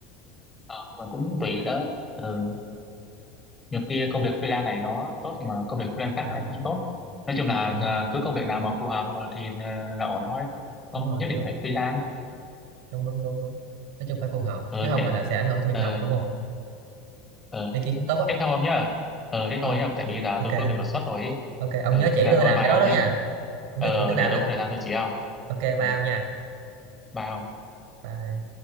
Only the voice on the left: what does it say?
Ờ, nhưng mà cũng tùy đó ừ nhiều kia công việc freelance này nó tốt nhưng mà công việc freelance khác
lại không tốt nói chung là
à, cứ công việc nào mà phù hợp mà thì à, là ổn thôi không
nhất định
phải freelance
ờ
thế
ờ
ờ
thế thôi ông nhá ờ thế thôi
nhá tại bây giờ
tôi có việc đột xuất rồi ý.
ờ
thế là
thôi
bye
ông
nhá
ờ
để
tôi
có thời gian tôi chỉ ông
ờ
bye ông